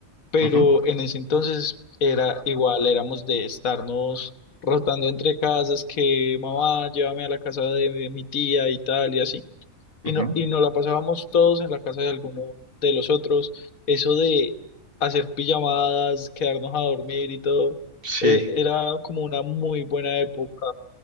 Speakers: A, on the left; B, on the right.
A: pero
B: ujú,
A: en ese entonces era igual, éramos de estarnos rotando entre casas, que mamá, llévame a la casa de mi mi tía y tal y así, y
B: ujú.
A: no, y nos la pasábamos todos en la casa de alguno de los otros, eso de hacer pijamadas, quedarnos a dormir y todo,
B: Sí,
A: e- era como una muy buena época.